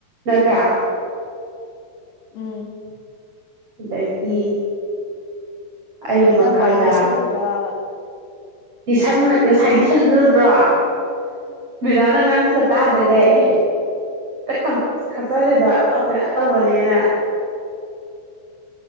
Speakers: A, on the right; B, on the left.
A: ꯅꯠꯇ꯭ꯔꯥ
B: ꯎꯝ
A: ꯑꯗꯒꯤ ꯑꯩꯒꯤ
B: ꯅꯪ
A: ꯃꯈꯥꯗ
B: ꯋꯥꯔꯤ ꯂꯤꯁꯜꯂꯨꯢꯔꯕ
A: ꯂꯤꯁꯟ ꯉꯁꯥꯏ ꯂꯤꯁꯜꯂꯤꯗꯣ ꯎꯗ꯭ꯔꯣ ꯃꯦꯗꯥꯝꯅ ꯉꯥꯡꯕꯒ ꯇꯥꯗꯒꯩ
B: ꯑꯩ ꯎꯍꯧꯗꯤꯌꯦ
A: ꯬꯬꯬ꯍꯦꯛꯇ ꯈꯞ ꯈꯠꯆꯜꯂꯤꯗꯣ ꯑꯇꯧ ꯑꯇꯧꯕꯅꯦꯅ